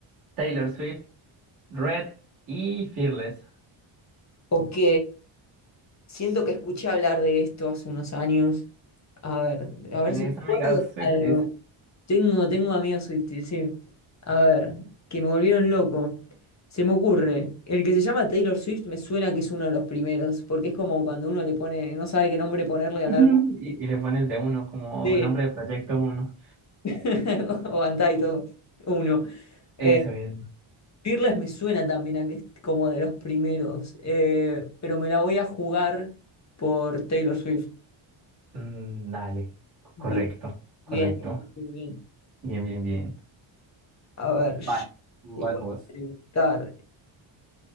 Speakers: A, on the right; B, on the left.
A: Taylor Swift, Red y Fearless.
B: Ok. Siento que escuché hablar de esto hace unos años. A ver, a ver
A: Tenés
B: si me
A: amigas
B: acuerdo de
A: <laughs> Swifties.
B: algo. Tengo, tengo amigos Swifties, sí. A ver, que me volvieron loco. Se me ocurre, el que se llama Taylor Swift me suena que es uno de los primeros, porque es como cuando uno le pone, no sabe qué nombre ponerle al
A: Ujú.
B: álbum.
A: Y,
B: y-
A: y le pones de uno como
B: Sí.
A: nombre de proyecto uno.
B: <laughs> O Untitled, uno.
A: Eso
B: Eh,
A: es.
B: Fearless me suena también a que es como de los primeros, eh, pero me la voy a jugar por Taylor Swift.
A: Mm, dale.
B: Bien,
A: Correcto, correcto.
B: bien, bien.
A: Bien, bien, bien.
B: A ver, yo
A: Vale, vas
B: te voy
A: vos.
B: a preguntar.